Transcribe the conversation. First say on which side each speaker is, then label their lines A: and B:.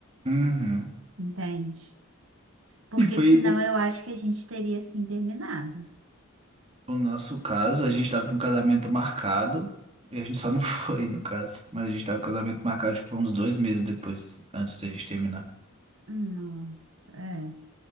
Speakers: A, on the right; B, on the right.
A: Uhum.
B: entende? Porque
A: E foi,
B: senão
A: eu-
B: eu acho que a gente teria assim terminado.
A: no nosso caso, a gente tava com um casamento marcado, e a gente só não <laughs> foi, no caso. Mas a gente tava com um casamento marcado, tipo, uns dois meses depois, antes da gente terminar.
B: Nossa, é.